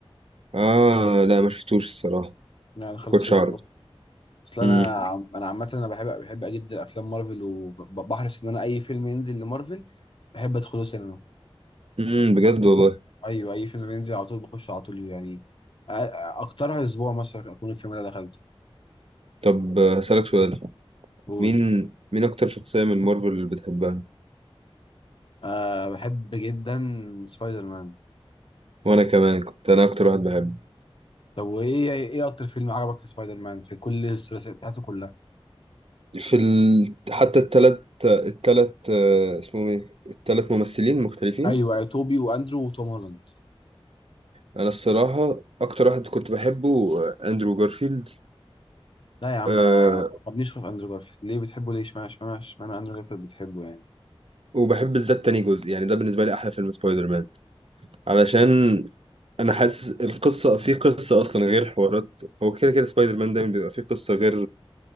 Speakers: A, on the right; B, on the left.
A: اه لا ما شفتوش الصراحة
B: يعني دخلت
A: ما كنتش
B: السينما
A: اعرف
B: برضو اصل انا
A: امم
B: عم- انا عامه انا بحب بحب جدا افلام مارفل وبحرص ان انا اي فيلم ينزل لمارفل بحب ادخله سينما
A: امم بجد والله
B: ايوه اي فيلم ينزل على طول بخش على طول يعني أ- اكترها اسبوع مثلا اكون الفيلم ده دخلته
A: طب آه، هسألك سؤال
B: قول
A: مين مين اكتر شخصية من مارفل اللي بتحبها
B: أه بحب جدا سبايدر مان
A: وانا كمان كنت انا اكتر واحد بحبه
B: طب وايه ايه اكتر فيلم عجبك في سبايدر مان في كل الثلاثيات بتاعته كلها
A: في ال... حتى التلات التلات آه، اسمهم ايه التلات ممثلين مختلفين
B: ايوه أيوة، توبي واندرو وتوم هولاند
A: انا الصراحة اكتر واحد كنت بحبه آه، اندرو جارفيلد
B: لا يا عم
A: أه
B: انا ما بنيش في اندرو جارفيلد ليه بتحبه ليه اشمعنى اشمعنى اشمعنى اندرو جارفيلد بتحبه يعني
A: وبحب بالذات تاني جزء يعني ده بالنسبة لي احلى فيلم سبايدر مان علشان انا حاسس القصه في قصه اصلا غير حوارات هو كده كده سبايدر مان دايما بيبقى في قصه غير